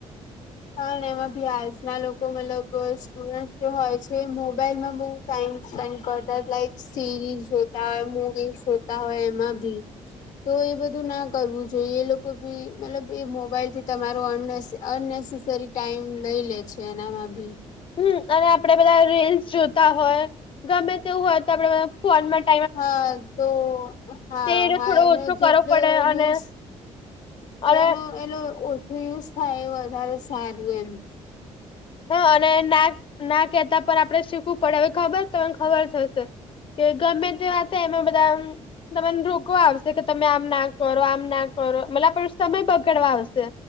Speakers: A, on the left; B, on the left.
A: હા ને એમાં ભી આજના લોકો મતલબ અ સ્ટુડન્ટ જો હોય છે મોબાઈલમાં બહુ ટાઈમ સ્પેન્ડ કરતા લાઈક સિરીઝ જોતા હોય મૂવીઝ જોતા હોય એમાં બી તો એ બધું ના કરવું જોઈએ એ લોકો ભી મતલબ એ મોબાઈલથી તમારો અન અનનેસેસરી સરી ટાઈમ લઈ લે છે એનામાં બી
B: હમ્મ અને આપડે બધા રીલ્સ જોતા હોય ગમે તેવું હોય તો આપડે બધા ફોનમાં જ
A: હા તો હા
B: તે એને
A: હા
B: થોડો
A: એનો
B: ઓછો
A: જેટલો
B: કરવો પડે અને
A: યુઝ જેનો
B: અને
A: એલો ઓછો યુઝ થાય એ વધારે સારું એમ
B: હા અને ના ના કેતા પણ આપણે શીખવું પડે હવે ખબર તમને ખબર જ હશે. કે ગમે તે વાત હોય એમાં બધા તમને આમ રોકવા આવશે કે તમે આમ ના કરો આમ ના કરો મતલ આપણ સમય બગાડવા આવશે.